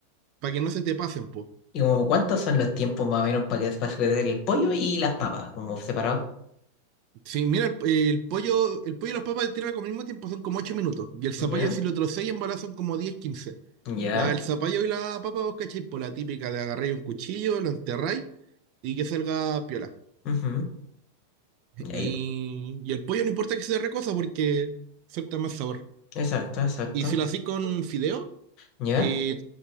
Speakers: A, on the right (about 40°); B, on the left (about 40°).
A: para que no se te pasen, pues.
B: ¿Y como cuántos son los tiempos más o menos para que para hacer el pollo y las papas, como separados?
A: Sí, mira, el, el pollo, el pollo y las papas de tierra con el mismo tiempo son como 8 minutos. Y el zapallo,
B: ¿Ya?
A: si lo trocéis en bolas, son como diez quince
B: ¿Ya?
A: La, el zapallo y la papa vos cacháis por la típica de agarrar un cuchillo, lo enterráis y que salga piola.
B: ujú, y
A: Y,
B: ahí-
A: y el pollo no importa que sea recosa porque suelta más sabor.
B: Exacto, exacto.
A: Y si lo hacís con fideo,
B: ¿Ya?
A: eh,